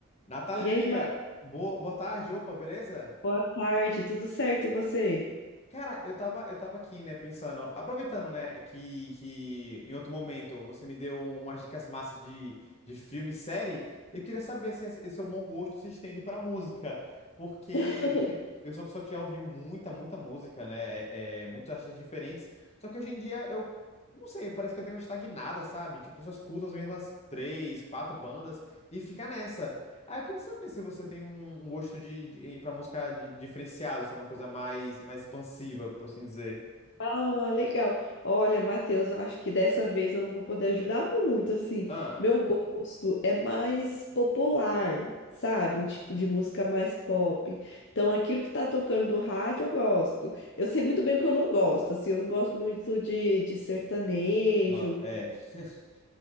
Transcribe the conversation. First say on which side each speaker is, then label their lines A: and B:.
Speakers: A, on the left; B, on the left.
A: Natália,
B: E
A: minha
B: aí,
A: amiga,
B: Mari,
A: boa, boa tarde, opa, beleza?
B: boa tarde, tudo certo? E você?
A: Cara, eu tava, eu tava aqui, né, pensando, apro- aproveitando, né, que, que em outro momento você me deu um, umas dicas massas de, de filme e série, eu queria saber se esse esse seu bom gosto se estende pra música, porque
B: <laughs>
A: <laughs> eu sou uma pessoa que já ouvi muita, muita música, né, é, é, muitos artistas diferentes, só que hoje em dia eu, não sei, parece que eu dei uma estagnada, sabe? Tipo, eu só escuto as mesmas três, quatro bandas e fica nessa. Ah, eu queria saber se você tem um, um gosto de, de para música di- diferenciado, sabe? Uma coisa mais, mais expansiva, por assim dizer.
B: Ah, legal. Olha, Matheus, eu acho que dessa vez eu não vou poder ajudar muito, assim.
A: Ah,
B: Meu gosto é mais popular, sabe? Um tipo de música mais pop. Então, aquilo que tá tocando do rádio, eu gosto. Eu sei muito bem o que eu não gosto, assim. Eu não gosto muito de, de sertanejo.
A: não, é. <laughs>